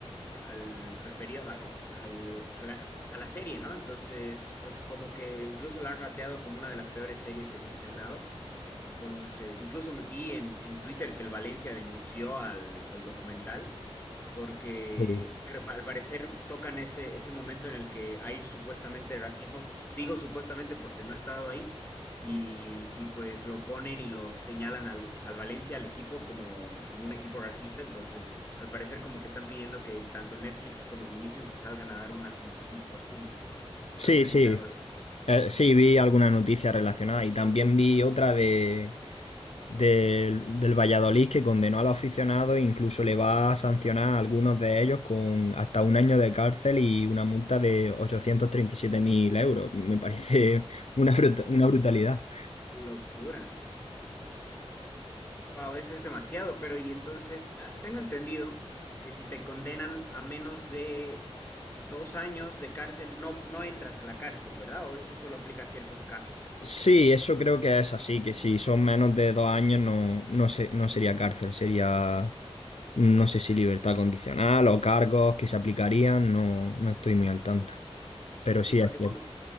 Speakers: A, on the left (about 20°); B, on the left (about 80°).
A: al, al periodo, al, al- a la, a la serie, ¿no? Entonces, pues como que incluso la han rateado como una de las peores series que se ha estrenado. Entonces, incluso me vi en, en Twitter que el Valencia denunció al, al documental porque
B: Sí.
A: creo- al parecer tocan ese, ese momento en el que hay supuestamente racismo, pues, digo supuestamente porque no he estado ahí, y, y pues lo ponen y lo señalan al, al Valencia, al equipo, como, como un equipo racista, entonces al parecer como que están pidiendo que tanto Netflix como Vinicius salgan a dar unas disculpas públicas.
B: Sí,
A: No sé si
B: sí,
A: viste algo al respecto.
B: eh, sí, vi alguna noticia relacionada y también vi otra de, del del Valladolid que condenó a los aficionados e incluso le va a sancionar a algunos de ellos con hasta un año de cárcel y una multa de 837.000 euros. Me parece
A: Guau,
B: <laughs> una, bruta- una brutalidad.
A: Locura. Wow, eso es demasiado, pero y entonces, ah, tengo entendido que si te condenan a menos de dos años de cárcel, no, no entras a la cárcel, ¿verdad? O eso solo aplica a ciertos casos.
B: Sí, eso creo que es así, que si son menos de dos años no, no, se- no sería cárcel, sería, no sé si libertad condicional o cargos que se aplicarían, no, no estoy muy al tanto, pero
A: Sí,
B: sí
A: porque
B: es cierto.
A: bueno,